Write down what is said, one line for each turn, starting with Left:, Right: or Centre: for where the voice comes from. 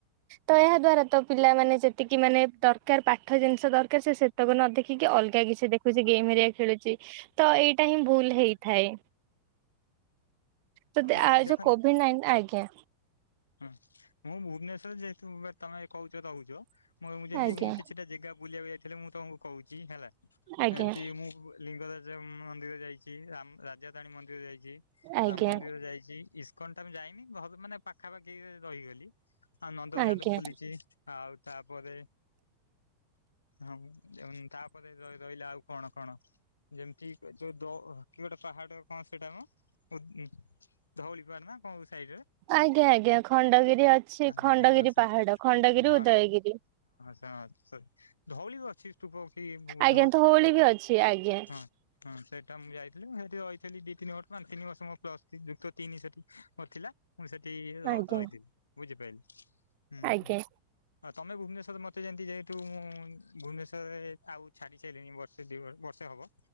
Right: ତ ଏହା ଦ୍ଵାରା ତ ପିଲାମାନେ ଯେତିକି ମାନେ ଦର କାର ପାଠ ଜିନିଷ ଦରକାର ସେ ସେତକ ନ ଦେଖିକି ଅଲଗା କିଛି ଦେଖୁଛି ଗେମ୍ ହେରିକା ଖେଳୁଛି ତ ଏଇଟା ହିଁ ଭୁଲ ହେଇଥାଏ। ତ
Left: ହଁ
Right: ଆ
Left: ଦେଖନ୍ତୁ
Right: ଯୋଉ କୋଭିଡ
Left: <inaudible>
Right: ନାଇ ଆଜ୍ଞା।
Left: ହୁଁ ମୁଁ ଭୁବନେଶ୍ଵରରେ ଯେହେତୁ ତମେ କହୁଛ ରହୁଛ ମୁ ଯେମତି
Right: ଆଜ୍ଞା
Left: ମୁଁ କିଛିଟା ଜେଗା ବୁଲିବାକୁ ଯାଇଥିଲେ ମୁଁ ତମକୁ କହୁଛି ହେଲା
Right: ଆଜ୍ଞା
Left: ଏମିତି ମୁଁ ଉ ଲିଙ୍ଗରାଜ ଯଉ ମନ୍ଦିର ଯାଇଛି ରାମ ରାଜାରଣୀ ମନ୍ଦିର ଯାଇଛି
Right: ଆଜ୍ଞା
Left: ରାମ ମନ୍ଦିର ଯାଇଛି ଇସ କନ ତ ମୁଁ ଯାଇନି ଘରୁ ମାନେ ପାଖାପାଖି ରହିଗଲି। ଆଉ ନନ୍ଦନକାନନ
Right: ଆଜ୍ଞା।
Left: ବୁଲିଛି ଆଉ ତାପରେ। ହଁ ଉଁ ତାପରେ ର-ରହିଲା ଆଉ କଣ କଣ? ଯେମିତି ଏ ଯୋଉ ଦ ଅ କି ଗୋଟେ ପାହାଡ କଣ ସେଇଟା କଣ? ଉଦ ଉଁ ଧଉଳି ପାହାଡ ନା କଣ ସାଇଡରେ?
Right: ଆଜ୍ଞା ଆଜ୍ଞା ଖଣ୍ଡଗିରି ଅଛି ଖଣ୍ଡଗିରି
Left: ହଁ
Right: ପାହାଡ ଖଣ୍ଡଗିରି
Left: ହଁ
Right: ଉଦୟଗିରି।
Left: ହଁ ସରି ଧଉଳି ବି ଅଛି। ସ୍ତୁପ ଅଛି ବୁ-ବୁଦ୍ଧ
Right: ଆଜ୍ଞା
Left: ସ୍ତୁ
Right: ଧଉଳି ବି ଅଛି ଆଜ୍ଞା
Left: ହଁ ହଁ ସେ ସେଟା ମୁଁ ଯାଇଥିଲି ସେଇଠି ରହିଥିଲି ଦି ତିନି ବର୍ଷ ପାଞ୍ଚ ତିନି ବର୍ଷ ମୋ ପ୍ଲସ ଥ୍ରି ଯୁକ୍ତ ତିନି ସେଠି ମୋର ଥିଲା। ମୁଁ ସେଠି ର-ରହିଥିଲି
Right: ଆଜ୍ଞା
Left: ବୁଝିପାଇଲେ ହୁଁ
Right: ଆଜ୍ଞା
Left: ହୁଁ। ହଁ ତମେ ଭୁବନେଶ୍ୱର ମୋତେ ଯେମିତି ଯେହେତୁ ମୁଁ ଉଁ ଭୁବନେଶ୍ୱରରେ ଆଉ ଛାଡ଼ି ସାଇଲିଣି ବର୍ଷେ ଦୁଇ ବ ବର୍ଷେ ହବ।